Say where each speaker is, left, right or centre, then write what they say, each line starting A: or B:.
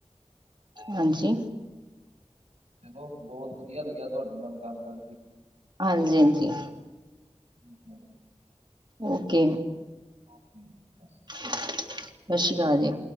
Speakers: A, on the right; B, on the right.
A: ਹਾਂਜੀ
B: ਚਲੋ, ਬਹੁਤ ਵਧੀਆ ਲੱਗਿਆ ਤੁਹਾਡੇ ਨਾਲ ਗੱਲ ਕਰਕੇ
A: ਹਾਂਜੀ -ਹਾਂਜੀ।
B: ਠੀਕ ਹੈ ਜੀ।
A: ਓਕੇ
B: ਓਕੇ ਬ
A: ਸਤਿ ਸ਼੍ਰੀ ਅਕਾਲ ਜੀ।